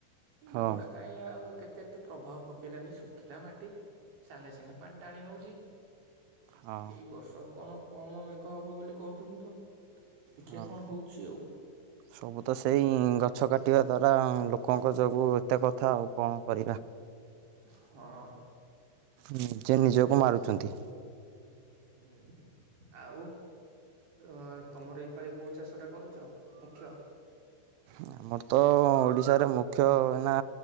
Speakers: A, on the right; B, on the right.
A: ମେଘଟା
B: ହଁ
A: କାଇଁ କାଇଁ ଆଉ କେତେ ଏତେ ପ୍ରଭାବ ପକେଇଲାନି ଶୁଖିଲା ମାଟି ସାଙ୍ଗେ ସାଙ୍ଗେ ପାଣି ଟାଣି ନଉଚି।
B: ହଁ
A: ଏଇ ବର୍ଷ କଣ କମ୍ ମେଘ ହବ ବୋଲି କହୁଚନ୍ତି ତ। ଦେଖିବା
B: ହଁ।
A: କଣ ହଉଚି ଆଉ।
B: ସବୁ ତ ସେଇ ଗଛ କାଟିବା ଦ୍ବାରା ଲୋକଙ୍କ ଯୋଗୁଁ ଏତେ କଥା ଆଉ କଣ କରିବା।
A: ହଁ।
B: ନିଜେ ନିଜକୁ ମାରୁଚନ୍ତି।
A: ହୁଁ ଆଉ। ଅଁ -ତମର ଏଇପାଳି କଉ ଚାଷଟା କରୁଚ ମୁଖ୍ୟ?
B: ଆମର ତ ଓଡିଶାରେ ମୁଖ୍ୟ ହେଲା